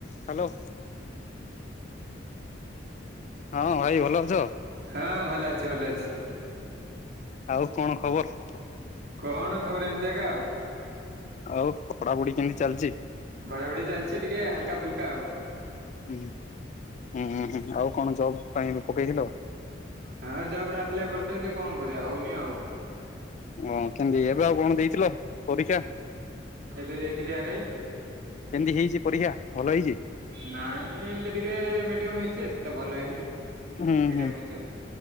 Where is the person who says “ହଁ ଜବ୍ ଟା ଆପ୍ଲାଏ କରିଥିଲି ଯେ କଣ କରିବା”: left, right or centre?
Right